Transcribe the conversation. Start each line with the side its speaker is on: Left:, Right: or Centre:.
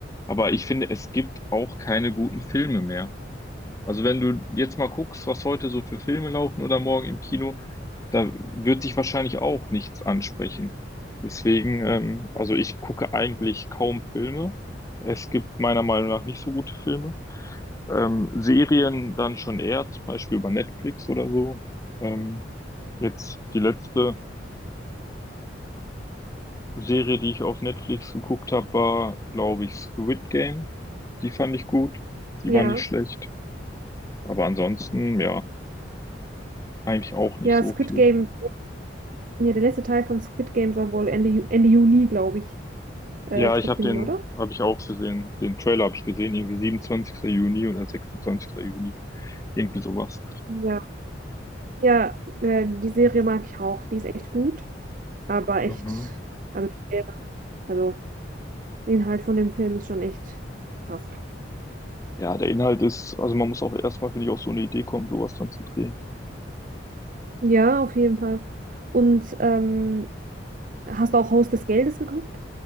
Left: Aber ich finde, es gibt auch keine guten Filme mehr. Also wenn du jetzt mal guckst, was heute so für Filme laufen oder morgen im Kino, da wird dich wahrscheinlich auch nichts ansprechen. Deswegen, ähm, also ich gucke eigentlich kaum Filme. Es gibt meiner Meinung nach nicht so gute Filme. Ähm, Serien dann schon eher, zum Beispiel über Netflix oder so. Ähm, jetzt die letzte Serie, die ich auf Netflix geguckt habe, war, glaube ich, Squid Game. Die fand ich gut. Die
Right: Ja.
Left: war nicht schlecht. Aber ansonsten, ja, eigentlich auch nicht
Right: Ja,
Left: so
Right: Squid
Left: viel.
Right: Game, ja, der letzte Teil von Squid Game soll wohl Ende, Ju Ende Juni, glaube ich, äh,
Left: Ja,
Right: stattfinden,
Left: ich habe den,
Right: oder?
Left: habe ich auch gesehen. Den Trailer habe ich gesehen, irgendwie 27. Juni oder 26. Juni. Irgendwie sowas.
Right: Ja. Ja, äh, die Serie mag ich auch. Die ist echt gut, aber echt,
Left: Mhm.
Right: also, die, also der Inhalt von dem Film ist schon echt krass.
Left: Ja, der Inhalt ist, also man muss auch erstmal, finde ich, auf so eine Idee kommen, sowas dann zu drehen.
Right: Ja, auf jeden Fall. Und ähm, hast du auch Haus des Geldes geguckt?